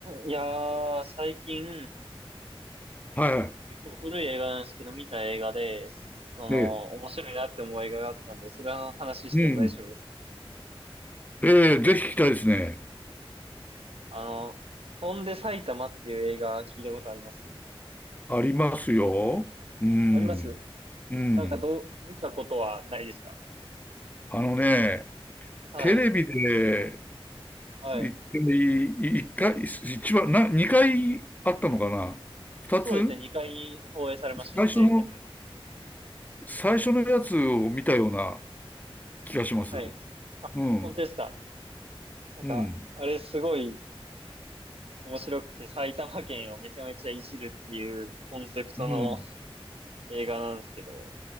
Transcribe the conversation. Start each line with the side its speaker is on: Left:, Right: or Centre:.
Right: いやー、最近、
Left: は
Right: 結構古い映画なんですけど、見た映画で、その、
Left: い。ええ。
Right: 面白いなって思う映画があったんで、それの話しても大丈夫ですか
Left: うん。ええ、ぜひ聞きたいですね。
Right: あの、飛んで埼玉っていう映画聞いたことあります
Left: ありますよ。うん。
Right: あります
Left: うん。
Right: なんかどう、見たことはないですか
Left: あのね、
Right: はい。
Left: テレビで
Right: はい。
Left: 一回、一回、一番、な、二回あったのかな二つ
Right: そうですね、2回放映されましたね、
Left: 最初の、
Right: テレビで。
Left: 最初のやつを見たような気がします。
Right: はい。あ、
Left: うん。
Right: 本当ですかなんか、
Left: うん。
Right: あれすごい面白くて、埼玉県をめちゃめちゃいじるっていうコンセプトの
Left: うん。
Right: 映画なんですけど、